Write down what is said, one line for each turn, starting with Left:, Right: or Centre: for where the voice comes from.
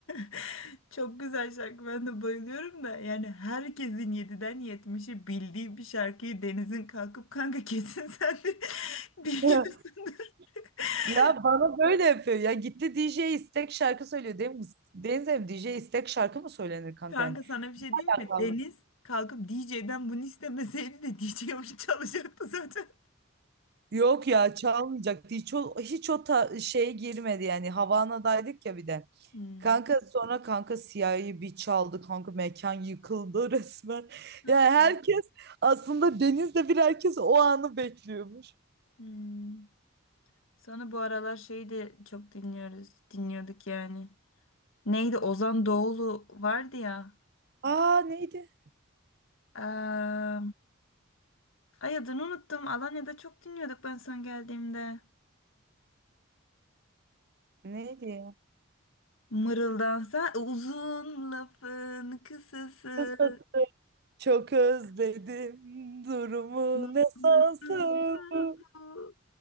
Left: <laughs> çok güzel şarkı. Ben de bayılıyorum da yani herkesin yediden yetmişi bildiği bir şarkıyı Deniz'in kalkıp kanka kesin sen de <laughs> biliyorsundur.
Right: <laughs>
Left: <laughs>
Right: Ya bana böyle yapıyor. Ya gitti DJ istek şarkı söylüyor değil mi? Deniz abi DJ istek şarkı mı söylenir kanka
Left: Kanka
Right: yani?
Left: sana bir şey diyeyim
Right: Alakalı.
Left: mi? Deniz kalkıp DJ'den bunu istemeseydi de <laughs> DJ onu çalacaktı zaten.
Right: Yok ya çalmayacaktı. Hiç o, hiç o ta- şeye girmedi yani. Havana'daydık ya bir de.
Left: Hmm.
Right: Kanka sonra kanka Siyah'ı bir çaldı. Kanka mekan yıkıldı <laughs> resmen.
Left: Hadi.
Right: Yani herkes aslında Deniz'le bir herkes o anı bekliyormuş.
Left: Hmm. Sana bu aralar şeyi de çok dinliyoruz. Dinliyorduk yani. Neydi? Ozan Doğulu vardı ya.
Right: Aa neydi?
Left: Eee, ay adını unuttum. Alanya'da çok dinliyorduk ben son geldiğimde.
Right: Neydi ya?
Left: Mırıldansa uzun lafın kısası.
Right: Kısa- Çok özledim durumu
Left: Nasılsa
Right: ne sansın bu.
Left: bu